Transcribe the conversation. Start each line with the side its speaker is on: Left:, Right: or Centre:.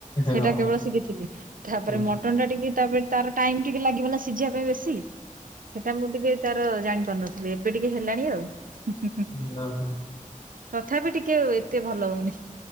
Right: ସେଇଟା
Left: ଓହୋ
Right: କେବଳ ଶିଖିଥିଲି ତାପରେ
Left: ହଁ ହଁ
Right: ମଟନ୍ ଟା ଟିକେ ତାପରେ ତାର ଟାଇମ୍ ଟିକେ ଲାଗିବ ନା ସିଝିବା ପାଇଁ ବେଶି। ସେଟା ମୁଁ ଟିକେ ତାର ଜାଣି ପାରୁନଥିଲି ଏବେ ଟିକେ ହେଲାଣି ଆଉ ହୁଁ ହୁଁ ହୁଁ।
Left: ଇ ଲା ହ।
Right: ତଥାବି ଟିକେ ଓ ଏତେ ଭଲ ହଉନି।